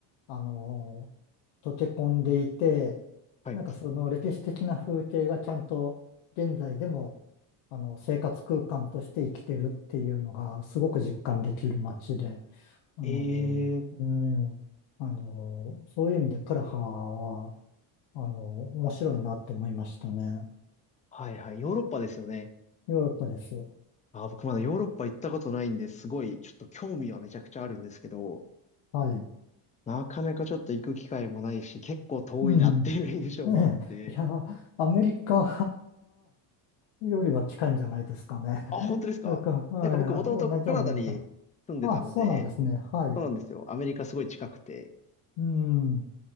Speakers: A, on the left; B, on the left.
A: あの、溶け込んでいて、
B: はい。
A: なんかその歴史的な風景がちゃんと現在でも、あの、生活空間として生きてるっていうのがすごく実感できる街で、あの、
B: ええー、
A: うん、あの、そういう意味でプラハは、あの、面白いなって思いましたね。
B: はいはい。ヨーロッパですよね。
A: ヨーロッパです。
B: あ、僕まだヨーロッパ行ったことないんで、すごいちょっと興味はめちゃくちゃあるんですけど、
A: はい。
B: なかなかちょっと行く機会もないし、結構遠いなっていう印象もあって。
A: うん。ねえ、いや、アメリカよりは近いんじゃないですかね。
B: あ、
A: <laughs>
B: 本当ですかなんか僕もともとカナダに住んでたので、
A: それか、はい、同じようなもんか。あ、そうなんですね。はい。
B: そうなんですよ。アメリカすごい近くて、
A: うん。